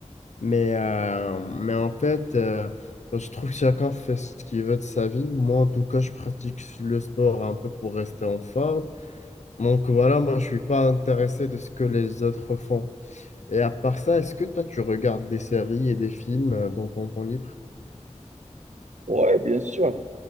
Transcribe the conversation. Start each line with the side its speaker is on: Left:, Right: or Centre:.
Left: Mais, euh, mais en fait, euh, je trouve que chacun fait ce qu'il veut de sa vie. Moi, en tout cas, je pratique le sport un peu pour rester en forme. Donc voilà, moi je suis pas intéressé de ce que les autres font. Et à part ça, est-ce que toi tu regardes des séries et des films euh, dans ton temps libre?
Right: Ouais, bien sûr.